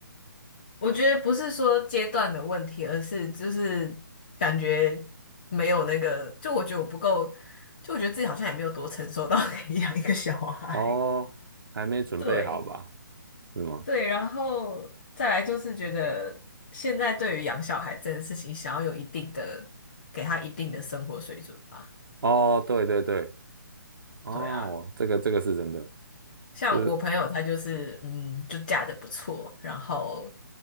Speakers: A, on the left (about 25°); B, on the right (about 85°).
A: 我觉得不是说阶段的问题，而是就是感觉没有那个，就我觉得我不够，就我觉得自己好像也没有多成熟到 <laughs> 可以养一个小孩。
B: 哦，还没准备好吧？
A: 对，
B: 是吗？
A: 对，然后再来就是觉得现在对于养小孩这件事情，想要有一定的，给他一定的生活水准吧。
B: 哦，对对对，哦，
A: 对啊，
B: 这个这个是真的，
A: 像我朋友他就是，
B: 就是
A: 嗯，就嫁得不错，然后